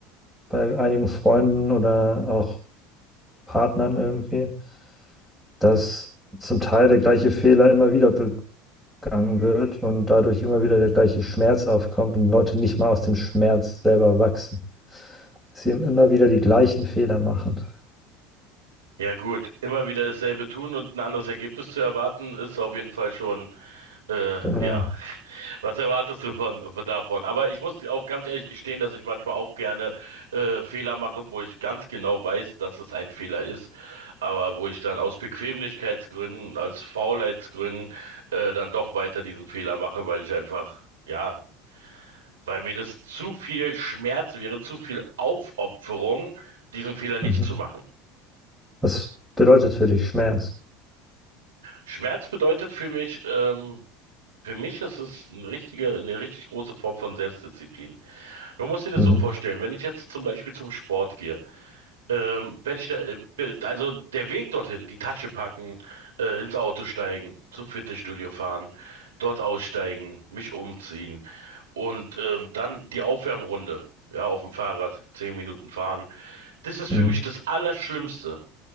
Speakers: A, in the centre; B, on the right.
A: bei einigen Freunden oder auch Partnern irgendwie, dass zum Teil der gleiche Fehler immer wieder begangen wird und dadurch immer wieder der gleiche Schmerz aufkommt und Leute nicht mal aus dem Schmerz selber wachsen. Sie immer wieder die gleichen Fehler machen.
B: Ja gut, immer wieder dasselbe tun und ein anderes Ergebnis zu erwarten, ist auf jeden Fall schon, äh,
A: Genau.
B: ja. Was erwartest du von, von davon? Aber ich muss auch ganz ehrlich gestehen, dass ich manchmal auch gerne äh, Fehler mache, wo ich ganz genau weiß, dass es ein Fehler ist, aber wo ich dann aus Bequemlichkeitsgründen, aus Faulheitsgründen äh, dann doch weiter diesen Fehler mache, weil ich einfach, ja, weil mir das zu viel Schmerz wäre, zu viel Aufopferung, diesen Fehler nicht
A: Mhm.
B: zu machen.
A: Was bedeutet für dich Schmerz?
B: Schmerz bedeutet für mich, ähm, Für mich ist es ein richtige, eine richtig große Form von Selbstdisziplin. Du musst dir das
A: Mhm.
B: so vorstellen, wenn ich jetzt zum Beispiel zum Sport gehe, ähm, wenn ich da, äh, be- also der Weg dorthin, die Tasche packen, äh, ins Auto steigen, zum Fitnessstudio fahren, dort aussteigen, mich umziehen und ähm, dann die Aufwärmrunde, ja, auf dem Fahrrad, zehn Minuten fahren, das ist
A: Mhm.
B: für mich das Allerschlimmste.